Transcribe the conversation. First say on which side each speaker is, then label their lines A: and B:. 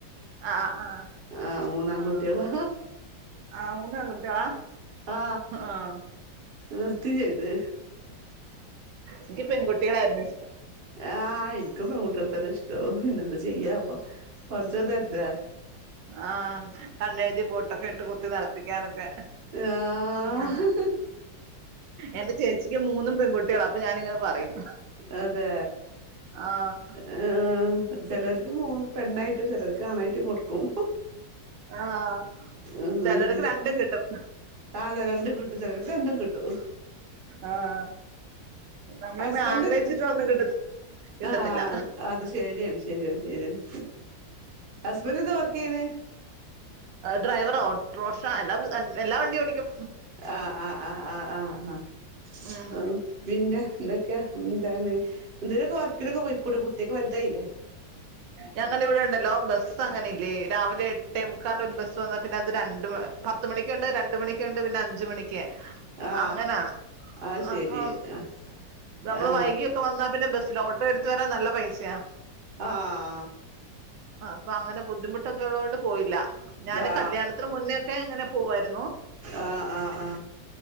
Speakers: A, on the right; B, on the right.
A: ആഹ് ആഹ്
B: ആ മൂന്നാൺകുട്ടിയളാ
A: ആഹ് ആഹ് മൂന്ന് ആൺകുട്ടികളാ
B: ആ
A: ആഹ്
B: നിർത്തിം ചെയ്ത്
A: ഇനിക്ക് പെൺകുട്ടിളായിരുന്നു
B: ആ ഇനിക്കും പെൺകുട്ടിളെ തന്നെ ഇഷ്ടോ എന്ത് ചെയ്യാപ്പൊ പടച്ചോൻ തര്ണ്ടേ
A: ആ കണ്ണെഴുതി പൊട്ടൊക്കെ ഇട്ട് കുത്തി നടപ്പിക്കാനൊക്കെ
B: ആഹ്
A: ങേ ഹെ എന്റെ ചേച്ചിക്ക് മൂന്നും പെൺകുട്ടികളാ അപ്പ ഞാനിങ്ങനെ പറയും
B: അതെ
A: ആഹ്
B: ആ ചെലര് യുവു പെണ്ണായിട്ടും ചെലർക്ക് ആണായിട്ടും കൊടുക്കും
A: ആഹ്
B: ഉം
A: ചിലർക്ക് രണ്ടും കിട്ടും
B: ആ അതാ രണ്ടും കിട്ടും ചിലർക്ക് രണ്ടും കിട്ടും
A: ആഹ് നമ്മളിങ്ങനെ
B: ഹസ്ബൻഡന്റ്
A: ആഗ്രഹിച്ചിട്ട് ഒന്നും കിട്ട കിട്ടത്തില്ല
B: ആ അ അത് ശരിയാണ് ശരിയാണ് ശരിയാണ് ഹസ്ബൻഡ എന്താ വർക്ക് ചെയണ്?
A: ഡ്രൈവറ ഓട്ട്രോഷ എല്ലാം എല്ലാ വണ്ടിയോടിക്കും.
B: ആഹ് ആ ആ ആഹ് ആഹ് ആഹ്
A: ഉം
B: ആഹ് പിന്നെ? എന്തൊക്ക ഇന്നിതാണ് എന്തെലൊക്കെ വർക്കിനൊക്കെ പോയികൂടെ കു ട്ട്യക്ക വൽതായില്ലേ?
A: ഞങ്ങടെ ഇവിടെ ഉണ്ടല്ലോ ബസ് അങ്ങനെ ഇല്ലേ രാവിലെ എട്ടേ മുക്കാല ഒരു ബസ് വന്ന പിന്നെ അത് രണ്ട് പത്ത് മണിക്കുണ്ട് രണ്ട മണിക്കുണ്ട് പിന്നെ അഞ്ചു മണി
B: ആ
A: അങ്ങനാ
B: അത് ശരി
A: അപ്പം
B: ആ
A: നമ്മൾ
B: ആ
A: വൈകിയൊക്കെ വന്നാ പിന്നെ ബസിൽ ഓട്ടോ എടു ത്തുവരാൻ നല്ല പൈസയാ.
B: ആഹ്
A: ആ അപ്പൊ അങ്ങനെ ബുദ്ധിമുട്ടൊ ക്കെ ഒള്ളുകൊണ്ട് പോയില്ല. ഞാന്
B: ആ
A: കല്യാണത്തിന് മുന്നേക്കെ ഇങ്ങനെ പോവായിരുന്നു
B: ആഹ് ആഹ് ആ